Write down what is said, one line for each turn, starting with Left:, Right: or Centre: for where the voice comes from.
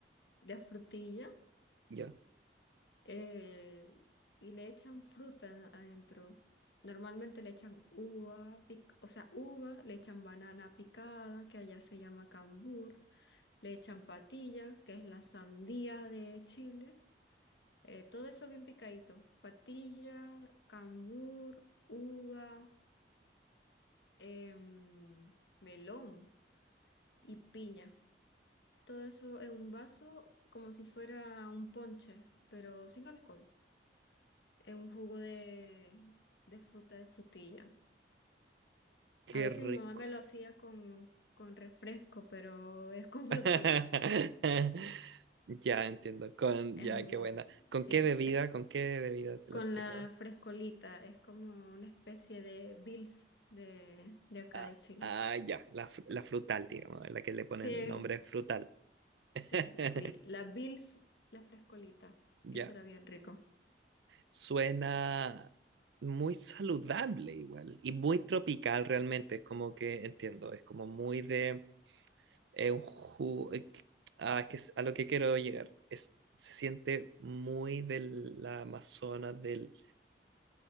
Left: de frutilla
Right: Ya.
Left: eh, y le echan fruta adentro. Normalmente le echan uva, pic- o sea, uva, le echan banana picada, que allá se llama cambur, le echan patilla, que es la sandía de Chile. eh, todo eso bien picadito. Patilla, cambur, uva, em, melón y piña. todo eso en un vaso como si fuera un ponche, pero sin alcohol, en un jugo de, de fruta, de frutilla.
Right: Qué
Left: A veces
Right: rico.
Left: mi mamá me lo hacía con, con refresco, pero es con <laughs> frutilla.
Right: <laughs> Ya entiendo. Con,
Left: Es
Right: ya,
Left: muy,
Right: qué buena. ¿Con
Left: sí,
Right: qué bebida?
Left: eh,
Right: ¿Con qué bebida te
Left: con
Right: las preparabas?
Left: la frescolita, es como una especie de Bills de, de acá
Right: Ah,
Left: de Chile.
Right: ah, ya, la, fr- la frutal, digamos, la que le ponen
Left: Sí,
Right: nombre frutal.
Left: sí,
Right: <laughs>
Left: la, Bi- la Bills, la frescolita,
Right: Ya,
Left: eso era bien rico.
Right: suena muy saludable igual y muy tropical realmente, es como que entiendo, es como muy de eh, un jugo, que ah, es a lo que quiero llegar, es, se siente muy de la Amazonas del